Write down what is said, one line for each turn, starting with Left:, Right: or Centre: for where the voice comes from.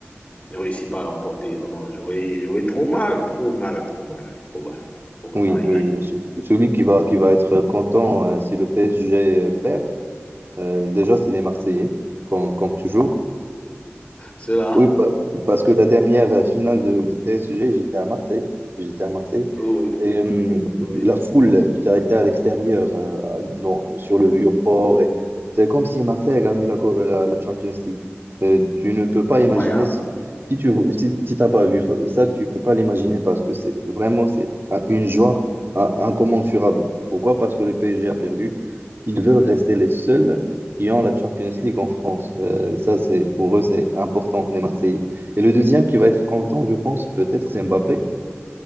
Left: ne réussit pas à l'emporter. Vraiment, j'aurais, j'aurais trop mal, trop mal, trop mal, trop mal. Il faut que
Right: Oui,
Left: Paris
Right: oui,
Left: gagne.
Right: oui. oui. Ce- Celui qui va, qui va être content euh, si le PSG perd, euh, déjà, c'est les Marseillais, comme, comme toujours.
Left: Cela,
Right: Oui, pa- parce que la dernière euh, finale de, de PSG, j'étais à Marseille. J'étais à Marseille.
Left: oui, oui,
Right: Et, hum,
Left: oui,
Right: la foule qui a été à l'extérieur, euh, dans- sur le Vieux-Port, et c'est comme si Marseille a gagné la, co- euh, la, la Champions League. Euh, tu ne peux pas
Left: incroyable.
Right: imaginer si, si tu si, si t'as pas vu ça, tu peux pas l'imaginer parce que c'est vraiment c'est un- une joie un- incommensurable. Pourquoi? Parce que le PSG a perdu. Ils veulent rester les seuls qui ont la Champions League en France. Euh, euh, Ça, c'est pour eux, c'est important, les Marseillais. Et le deuxième qui va être content, je pense, peut-être, c'est Mbappé,